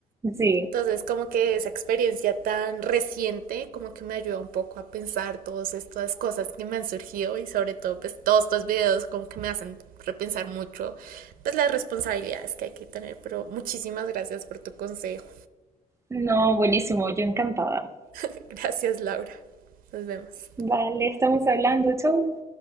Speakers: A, on the right (about 20°); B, on the right (about 80°).
A: Sí.
B: Entonces, como que esa experiencia tan reciente, como que me ayuda un poco a pensar todas estas cosas que me han surgido y sobre todo, pues todos estos videos como que me hacen repensar mucho, pues las responsabilidades que hay que tener. Pero muchísimas gracias por tu consejo.
A: No, buenísimo, yo encantada.
B: <laughs> Gracias, Laura. Nos vemos.
A: Vale, estamos hablando, chau.